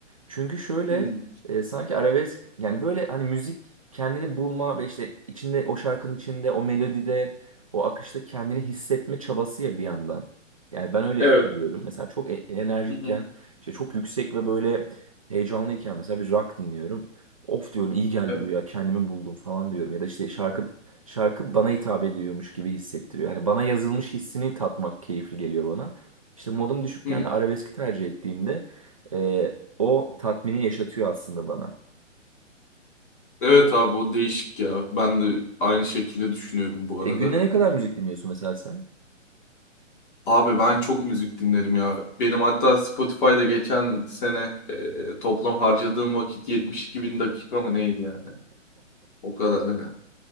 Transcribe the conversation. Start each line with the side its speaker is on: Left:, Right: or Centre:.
Right: Çünkü şöyle
Left: Hmm.
Right: e, sanki arabesk yani böyle hani müzik kendini bulma ve işte içinde o şarkının içinde o melodide o akışta kendini hissetme çabası ya bir yandan. Yani ben öyle
Left: Evet.
Right: biliyorum. Mesela çok e- enerjikken
Left: Hı hı.
Right: işte çok yüksek ve böyle heyecanlıyken mesela bir rock dinliyorum. Of diyorum iyi geldi
Left: Evet.
Right: bu ya kendimi buldum falan diyorum. Ya da işte şarkı şarkı bana hitap ediyormuş gibi hissettiriyor. Yani bana yazılmış hissini tatmak keyifli geliyor bana. İşte modum düşükken
Left: Hmm.
Right: de arabeski tercih ettiğimde e, o tatmini yaşatıyor aslında bana.
Left: Evet abi o değişik ya. Ben de aynı şekilde düşünüyorum bu
Right: E
Left: arada.
Right: günde ne kadar müzik dinliyorsun mesela sen?
Left: Abi ben çok müzik dinlerim ya. Benim hatta Spotify'da geçen sene e, e, toplam harcadığım vakit 72 bin dakika mı neydi yani? O kadar hani.